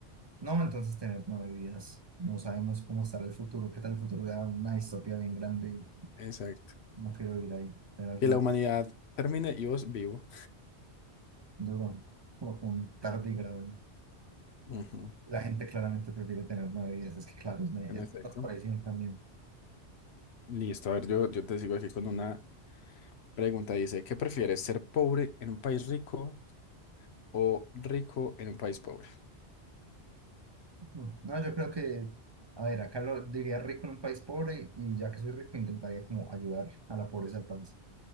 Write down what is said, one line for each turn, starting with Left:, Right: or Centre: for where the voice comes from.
Right: No, entonces tener nueve vidas. No sabemos cómo estará el futuro. ¿Qué tal el futuro? Da una distopía bien grande. y
Left: Exacto.
Right: No quiero vivir ahí. Tener
Left: Que
Right: nueve
Left: la humanidad termine y vos vivo.
Right: duro. Como con tardigrado.
Left: Ujú,
Right: La gente claramente prefiere tener nueve vidas. Es que, claro, es, me-
Left: En
Right: es
Left: efecto.
Right: más presión también.
Left: Listo, a ver, yo, yo te sigo aquí con una pregunta. Dice, ¿qué prefieres, ser pobre en un país rico o rico en un país pobre.
Right: No, yo creo que. A ver, acá lo diría rico en un país pobre. Y ya que soy rico, intentaría como ayudar a la pobreza del país.